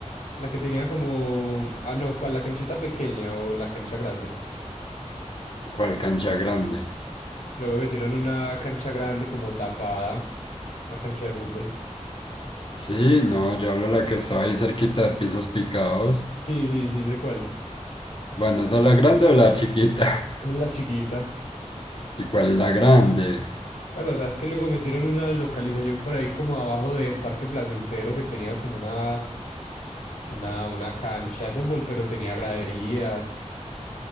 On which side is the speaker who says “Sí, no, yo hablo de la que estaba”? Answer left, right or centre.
Left